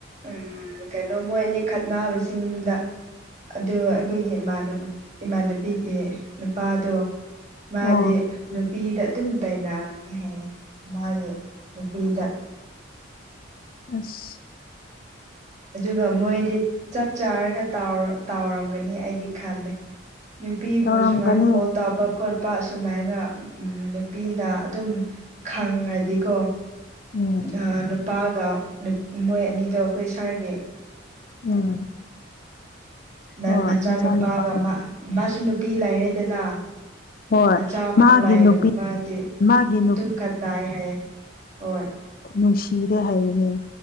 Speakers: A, on the right; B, on the left.
A: ꯎꯝ ꯀꯩꯅꯣ ꯃꯣꯏ ꯑꯅꯤ ꯈꯠꯕꯁꯤꯡꯗ ꯑꯗꯣ ꯑꯩꯈꯣꯏꯒꯤ ꯏꯃꯥꯟꯅꯕ ꯏꯃꯥꯟꯅꯕꯤꯒꯤ ꯅꯨꯄꯥꯗꯣ ꯃꯥꯗꯤ
B: ꯑꯣ
A: ꯅꯨꯄꯤꯗ ꯑꯗꯨꯝ ꯇꯥꯏꯅꯥꯒꯅꯤ ꯍꯥꯏꯌꯦ ꯃꯥꯒꯤ ꯅꯨꯄꯤꯗ
B: ꯑꯁ
A: ꯑꯗꯨꯒ ꯃꯣꯏꯗꯤ ꯆꯞ ꯆꯥꯔꯒ ꯇꯥꯎꯔ ꯇꯥꯎꯔꯝꯒꯅꯤ ꯑꯩꯗꯤ ꯈꯜꯂꯦ ꯅꯨꯄꯤꯕꯨ
B: ꯇꯧꯔꯝꯒꯅꯤ
A: ꯁꯨꯃꯥꯏꯅ ꯀꯣꯜ ꯇꯧꯕ ꯈꯣꯠꯄ ꯁꯨꯃꯥꯏꯅ ꯅꯨꯄꯤꯅ ꯑꯗꯨꯝ ꯈꯪꯉꯗꯤꯀꯣ
B: ꯎꯝ
A: ꯑꯥ ꯅꯨꯄꯥꯒ ꯃꯣꯏ ꯑꯅꯤꯗꯣ ꯑꯩꯈꯣꯏ ꯁꯥꯔꯒꯤ
B: ꯎꯝ
A: ꯃ
B: ꯍꯣꯏ
A: ꯃꯆꯥꯅꯨꯄꯥꯒ
B: ꯃꯆꯥꯅꯨꯄꯥ
A: ꯃꯥ ꯃꯥꯁꯨ ꯅꯨꯄꯤ ꯂꯩꯔꯦꯗꯅꯥ
B: ꯍꯣꯏ
A: ꯃꯆꯥ ꯐꯥꯎ
B: ꯃꯥꯒꯤ
A: ꯂꯩꯔꯕ
B: ꯅꯨꯄꯤ
A: ꯃꯥꯗꯤ
B: ꯃꯥꯒꯤ
A: ꯑꯗꯨꯝ ꯈꯠꯅꯥꯏ ꯍꯥꯏꯌꯦ ꯍꯣꯏ
B: ꯅꯨꯡꯁꯤꯗꯦ ꯍꯥꯏꯕꯅꯦ